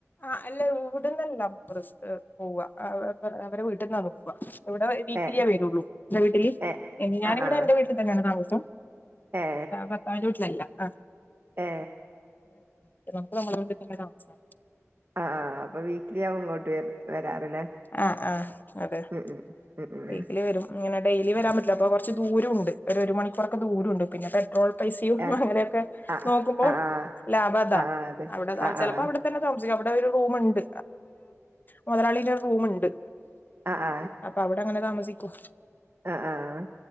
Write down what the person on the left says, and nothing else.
ആ അല്ല ഇവിടുന്നല്ലാം പോവാ അവരെവീട്ടിൽന്നാ പോവാ ഇവിടെ വീക്കിലിയേ
വരുള്ളൂ എന്റെ വീട്ടില്
ഞാനിവിടെ
എന്റെ വീട്ടിൽ തന്നെയാണ് താമസം
ഭർത്താവിന്റെവീട്ടിലല്ല ആ
<unintelligible>
ആ ആ അതെ
വീക്കിലി
വരും അങ്ങനെ ഡെയിലി വരാൻ പറ്റില്ല അപ്പോൾ കുറച്ച് ദൂരൊണ്ട് ഒരു മണിക്കൂറൊക്കെ ദൂരൊണ്ട് പിന്നെ പെട്രോൾ പൈസിം
അങ്ങനെയൊക്കെ
നോക്കുമ്പോ
ലാഭതാ
അവിടെ
ചിലപ്പോ
അവിടെ തന്നെ അവിടെ ഒരുറൂമ്ണ്ട് മൊതലാളിന്റ റൂമ്ണ്ട്
അപ്പ അവിടങ്ങനെ താമസിക്കും